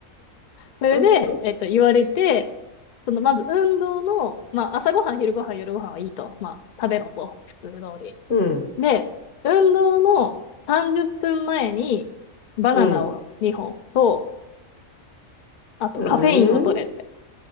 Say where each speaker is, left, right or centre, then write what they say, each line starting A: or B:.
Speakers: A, on the left; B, on the left.
A: それで、
B: <laughs>
A: えっと、言われて、その、まず運動の、まあ、朝ごはん、昼ごはん、夜ごはんはいいと。まあ、食べろと。普通通り。
B: うん、
A: で、運動の30分前にバナナを2本と、
B: うん、
A: あとカフェインを取れって。
B: うん、うん、